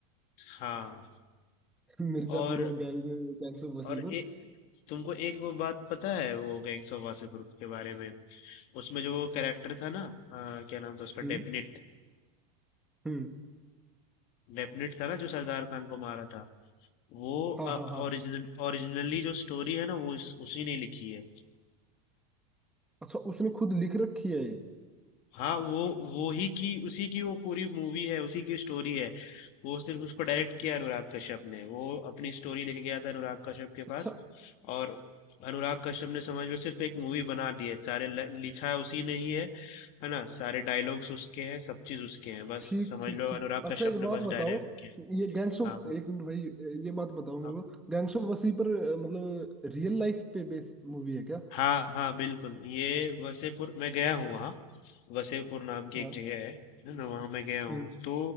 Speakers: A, on the left (about 45°); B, in the centre.
A: हाँ
B: <laughs> मिर्जापुर
A: और
B: और गैंग गैंग्स ऑफ वसीपुर
A: और ए, तुमको एक वो बात पता है वो गैंग्स ऑफ वासेपुर के बारे में उसमें जो कैरेक्टर था ना अ, क्या नाम था उसका
B: हम्म
A: डेफिनेट
B: हम्म
A: डेफिनेट था ना जो सरदार खान को मारा था वो
B: हाँ हाँ हाँ
A: ओरिजिनल ओरिजिनली जो स्टोरी है ना वो इस, उसी ने लिखी है
B: अच्छा उसने खुद लिख रखी है ये
A: हाँ वो वो ही की उसी की वो पूरी मूवी है उसी की स्टोरी है वो सिर्फ उसको डायरेक्ट किया अनुराग कश्यप ने वो अपनी स्टोरी लेके गया था अनुराग कश्यप के
B: अच्छा
A: पास और अनुराग कश्यप ने समझ लो सिर्फ एक मूवी बना दी है सारे ल- लिखा है उसी ने ही है है ना सारे डायलॉग्स उसके हैं सब चीज उसके हैं बस
B: ठीक
A: समझ
B: ठीक
A: लो
B: ठीक
A: अनुराग
B: अच्छा
A: कश्यप
B: एक बात
A: ने बस
B: बताओ
A: डायरेक्ट
B: ये गैंग्स ऑफ
A: हाँ
B: एक मिनट भाई ये बात बताओ मेरे
A: अब-
B: को गैंग्स ऑफ वसी पर अ, मतलब रियल लाइफ पे बेस मूवी है क्या
A: हाँ हाँ बिल्कुल ये वसेपुर मैं गया हूँ वहाँ वसेपुर नाम की
B: हाँ
A: एक जगह है है ना वहाँ मैं गया हूँ
B: हम्म
A: तो